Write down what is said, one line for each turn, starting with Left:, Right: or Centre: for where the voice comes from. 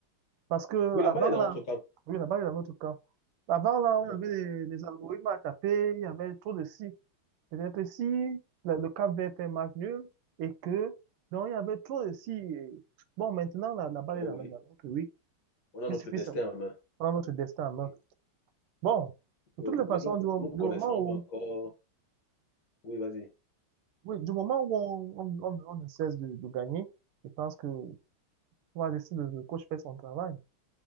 Right: Parce que
Left: oui,
Right: avant
Left: la balle est dans
Right: là,
Left: notre camp.
Right: oui, là-bas, il y avait autre cas. Avant là, on
Left: Uh-huh.
Right: avait des, des algorithmes à taper, il y avait trop de si. Peut-être si le, le Cap Vert fait match nul et que, donc il y avait trop de si. Et Bon, maintenant, là, la balle
Left: Oui,
Right: est dans
Left: oui.
Right: la dans oui.
Left: On a
Right: Il
Left: notre
Right: suffit
Left: destin
Right: de
Left: en main.
Right: prendre notre destin en main.
Left: Oui,
Right: Bon, de
Left: oui.
Right: toutes les façons,
Left: Mais nous,
Right: du, mom-
Left: nous
Right: du
Left: connaissons
Right: moment où,
Left: encore. Oui, vas-y.
Right: oui, du moment où on, on, on, on ne cesse de, de gagner, je pense que on va laisser le, le coach faire son travail.